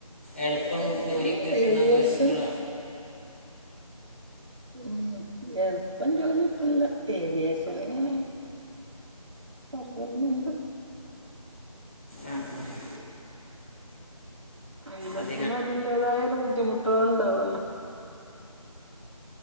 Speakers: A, on the left; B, on the right.
A: എളുപ്പം
B: ഓന്
A: ജോലി കിട്ടണ
B: ഏവിയേഷൻ
A: കോഴ്സുകളാ
B: ഉം എളുപ്പം ജോലി കിട്ടൂല്ല ഏവിയേഷങ്ങനെ.. പറയണുണ്ട്
A: ആഹ് ആഹ്
B: എല്ലാത്തിനും
A: അതിനാ
B: അതിന്റേതായ ഒരു ബുദ്ധിമുട്ടുകൾ ഉണ്ടാവുമല്ലോ